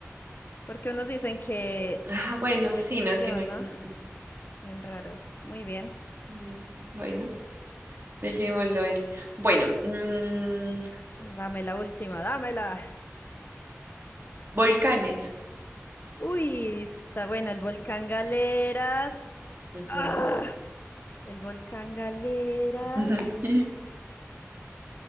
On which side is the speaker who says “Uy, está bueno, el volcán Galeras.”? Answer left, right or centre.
Left